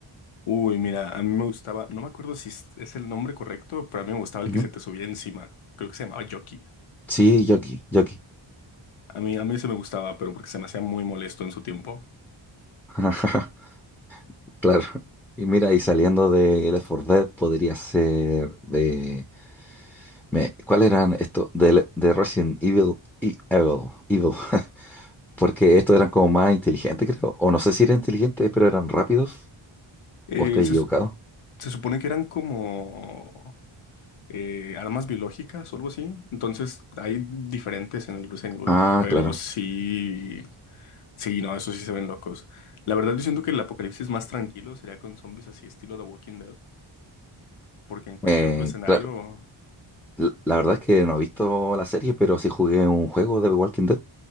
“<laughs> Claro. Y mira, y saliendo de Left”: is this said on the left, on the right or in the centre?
Centre